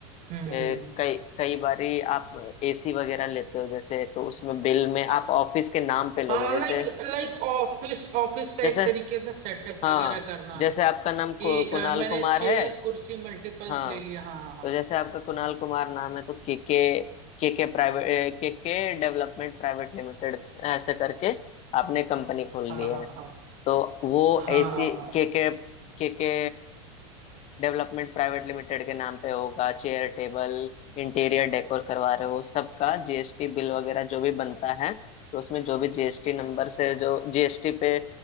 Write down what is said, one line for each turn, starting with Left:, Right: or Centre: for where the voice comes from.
Right: हम्म हम्म
Left: ए, कई कई बारी आप एसी वगैरह लेते हो जैसे तो उसमें बिल में आप ऑफिस के नाम पे लोगे
Right: हाँ
Left: जैसे
Right: लाइक लाइक ऑफिस ऑफिस का
Left: जैसे
Right: एक तरीके से सेटअप
Left: हाँ
Right: वगैरह करना
Left: जैसे आपका नाम कु,
Right: कि अ,
Left: कुणाल
Right: मैंने
Left: कुमार
Right: चेयर
Left: है
Right: कुर्सी मल्टीपल्स
Left: हाँ
Right: ले लिया हाँ
Left: तो जैसे आपका कुणाल कुमार नाम है तो के के के के प्राइवेट के के डेवलपमेंट प्राइवेट लिमिटेड ऐसे करके आपने कंपनी खोल
Right: हाँ
Left: ली है
Right: हाँ हाँ हाँ
Left: तो वो
Right: हाँ
Left: ऐसी
Right: हाँ हाँ हाँ हाँ।
Left: K K development private limited के नाम पे होगा चेयर टेबल इंटीरियर डेकोर करवा रहे हो उस सब का जीएसटी बिल वगैरह जो भी बनता है तो उसमें जो भी जीएसटी नंबर से जो जीएसटी पे